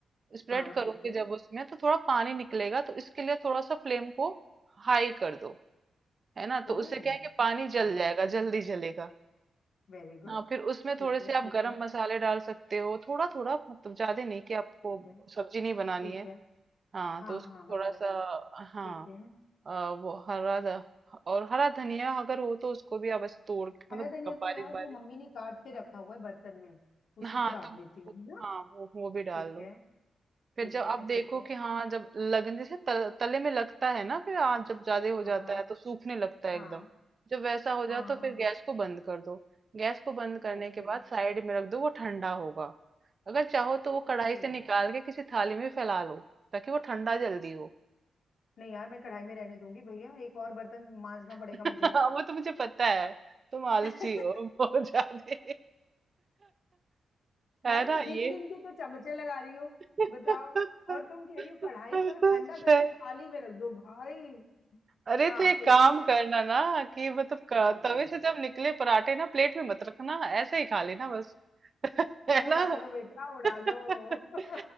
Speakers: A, on the right (about 50°); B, on the left (about 70°).
A: स्प्रेड
B: हाँ
A: करोगे
B: ठीक है
A: जब उसमें तो थोड़ा पानी निकलेगा तो इसके लिए थोड़ा सा फ्लेम को हाई कर दो है ना तो
B: ओ
A: उससे क्या है कि पानी
B: अच्छा
A: जल जाएगा जल्दी जलेगा
B: वेरी गुड
A: हाँ फिर उसमें
B: ठीक
A: थोड़े से
B: है ठीक
A: आप गरम
B: है
A: मसाले डाल सकते हो थोड़ा थोड़ा मतलब ज्यादा नहीं कि आपको
B: ठीक है
A: सब्जी नहीं बनानी
B: ठीक
A: है
B: है
A: हाँ
B: हाँ
A: तो उसको
B: हाँ हाँ
A: थोड़ा
B: राइट
A: सा हाँ
B: ठीक है
A: अ, वो हरा ध- और हरा धनिया अगर हो तो उसको भी आप ऐसे तोड़ के
B: हरा
A: मतलब
B: धनिया
A: बारीक
B: तो यार
A: बारीक
B: वो मम्मी ने काट के रखा हुआ है बर्तन में उसी
A: हाँ
B: को डाल
A: तो वो-
B: देती हूँ है ना
A: हाँ वो वो भी डाल
B: ठीक
A: लो
B: है ठीक
A: फिर जब
B: है
A: आप
B: ठीक
A: देखो
B: है
A: कि हाँ जब लगने जैसे तल, तले में लगता है ना फिर हाँ जब ज्यादा हो
B: हाँ
A: जाता
B: हाँ
A: है तो सूखने लगता है
B: हाँ
A: एकदम जब वैसा हो जाए
B: हाँ
A: तो
B: हाँ
A: फिर गैस को बंद कर दो गैस को बंद करने
B: Okay
A: के बाद साइड में रख दो वो ठंडा होगा अगर चाहो तो वो
B: okay
A: कढ़ाई से निकाल के किसी थाली में फैला लो ताकि वो ठंडा जल्दी हो
B: नहीं यार मैं कढ़ाई में रहने दूंगी भैया एक और बर्तन मांजना पड़ेगा
A: <laughs>
B: मुझे
A: हाँ, वो तो मुझे पता है तुम आलसी
B: <laughs>
A: हो बहुत ज्यादा <laughs> है
B: यार
A: ना
B: मैं गिन
A: ये
B: गिन के तो चमचे लगा रही हूँ
A: <laughs>
B: बताओ और तुम कह रही हो कढ़ाई का ठंडा
A: सही
B: करने थाली में रख दो भाई
A: अरे
B: हाँ
A: तो एक
B: एक
A: काम
B: तो मैंने
A: करना ना कि मतलब क-
B: बोलो
A: तवे
B: बोलो
A: से जब निकले पराठे ना प्लेट में मत रखना ऐसे ही खा लेना बस <laughs> है
B: तुम
A: ना
B: उड़ा लो बेटा उड़ा
A: <laughs>
B: लो <laughs>